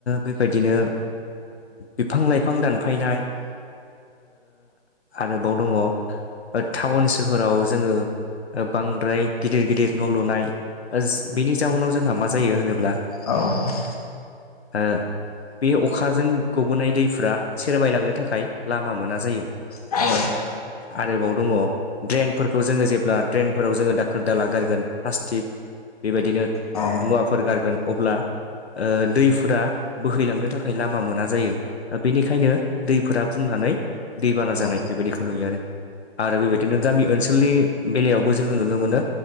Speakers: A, on the left; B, on the left.
A: बेबायदिनो बिफां लाइफां दानफायनाय आरोबाव दङ टाउन सोहोराव जोङो ओ बांद्राय गिदिर गिदिर न' लुनाय बेनि जाउनाव जोंहा मा जायो होनोब्ला
B: औ
A: हो बे अखाजों गबोनाय दैफोरा सेरमायलांनो थाखाय लामा मोना जायो।
B: औ
A: आरोबाव दङ ड्रेनफोरखौ जोङो जेब्ला ड्रेनफोराव जोङो दाखोर दाला गारगोन प्लास्टिक बेबायदिनो
B: औ
A: मुवाफोर गारगोन अब्ला ओ दैफोरा बोहैलांनो थाखाय लामा मोना जायो बेनिखायनो दैफोरा बुंनानै दैबाना जानाय
B: औ
A: बेबायदिखौ नुयो आरो। आरो बेबायदिनो गामि ओनसोलनि बेलायावबो जोङो नुनो मोनो